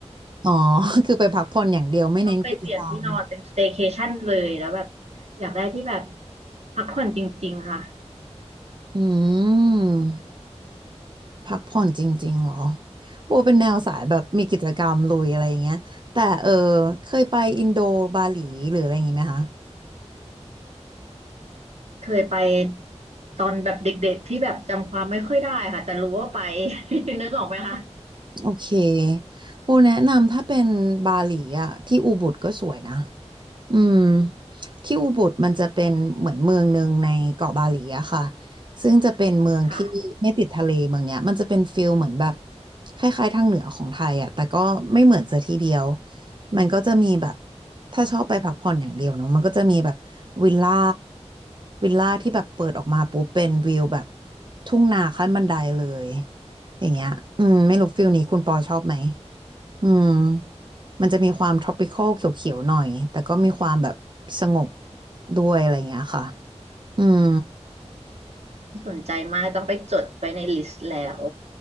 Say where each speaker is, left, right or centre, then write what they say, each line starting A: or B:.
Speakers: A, on the right; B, on the right.
A: อ๋อ <laughs> คือไปพักผ่อนอย่างเดียวไม่เน้นกิจกรรม
B: เราไปเปลี่ยนที่นอนเป็นสเต y c a ชั่นเลยแล้วแบบอยากได้ที่แบบพักผ่อนจริงๆค่ะ
A: อืม พักผ่อนจริงๆเหรอโบเป็นแนวสายแบบมีกิจกรรมลุยอะไรอย่างเงี้ยแต่เออเคยไปอินโดบาหลีหรืออะไรอย่างงี้ไหมคะ
B: เคยไปตอนแบบเด็กๆที่แบบจำความไม่ค่อยได้ค่ะแต่รู้ว่าไป <laughs> นึกออกไหมคะ
A: โอเคปูแนะนำถ้าเป็นบาหลีอะที่อูบุดก็สวยนะอืมที่อูบุดมันจะเป็นเหมือนเมืองหนึ่งในเกาะบาหลีอะค่ะซึ่งจะเป็นเมืองที่ไม่ติดทะเลเมืองเนี้ยมันจะเป็นฟิลเหมือนแบบ
B: ค่ะ
A: คล้ายๆทางเหนือของไทยอะแต่ก็ไม่เหมือนซะทีเดียว มันก็จะมีแบบถ้าชอบไปพักผ่อนอย่างเดียวเนาะมันก็จะมีแบบวิลล่าวิลล่าที่แบบเปิดออกมาปุ๊บเป็นวิวแบบทุ่งนาขั้นบันไดเลย อย่างเงี้ยอืมไม่รู้ฟิลนี้คุณปอชอบไหมอืมมันจะมีความ tropical เขียวๆหน่อยแต่ก็มีความแบบสงบด้วยอะไรอย่างเงี้ยค่ะอืม
B: น่าสนใจมากต้องไปจดไปในลิสต์แล้ว